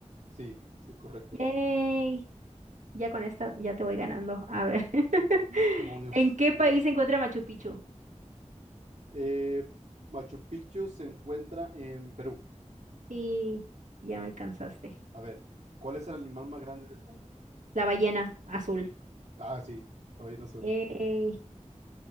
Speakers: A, on the right; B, on the right.
A: Sí, sí, correcto.
B: Yay. Ya con esta ya te voy ganando. A ver. <laughs>
A: Demo- Demonios.
B: ¿En qué país se encuentra Machu Picchu?
A: Eh, Machu Picchu se encuentra en Perú.
B: Y ya me cansaste.
A: A ver, ¿cuál es el animal más grande del mundo?
B: La ballena azul.
A: Ah, sí, la ballena azul.
B: Ey.